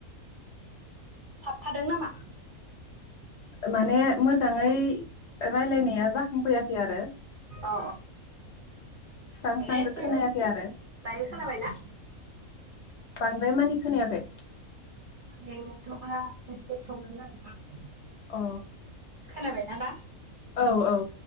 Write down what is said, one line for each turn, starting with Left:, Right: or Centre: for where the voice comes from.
Right: थाबथादों नामा
Left: माने मोजांङै रायलायनाया जाखांफैयाखै आरो
Right: अ
Left: स्रां
Right: माने
Left: स्रांजों
Right: जों
Left: खोनायाखै आरो
Right: दायो खोनाबायना
Left: बांद्राय मानि खोनायाखै।
Right: नेथवक आ एसे प्रब्लेम जादों आरोना।
Left: अ
Right: खोनाबायना दा?
Left: औ औ